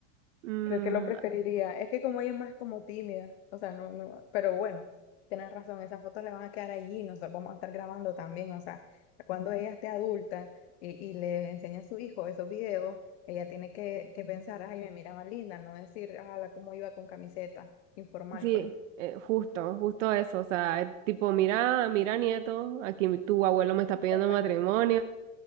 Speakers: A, on the right; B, on the left.
A: mm,
B: Creo que lo preferiría. Es que como ella es más como tímida, o sea, no, no, pero bueno, tienes razón, esas fotos le van a quedar allí, nosotros vamos a estar grabando también, o sea, cuando ella esté adulta y, y le enseña a su hijo esos videos, ella tiene que, que pensar, ay, me mira más linda, no decir, ala, cómo iba con camiseta informal,
A: Sí,
B: pues.
A: eh, justo, justo eso, o sea, es tipo, mira, mira, nieto, aquí mi- tu abuelo me está pidiendo
B: Exactamente.
A: matrimonio